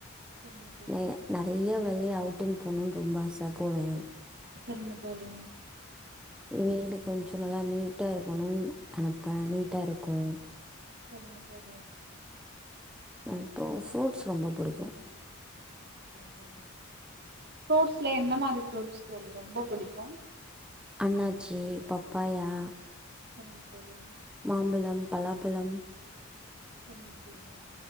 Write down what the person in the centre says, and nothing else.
ந நறைய வெளிய அவுட்டிங் போணு ரொம்ப ஆச போவே
வீடு கொஞ்சே நல்லா நீட்டா இருக்கணும்னு நனப்ப நீட்டா இருக்கோ
<unintelligible> சு ரொம்ப பிடிக்கோ
அண்ணாச்சி பப்பாயா
மாம்பலம் பலாபலம்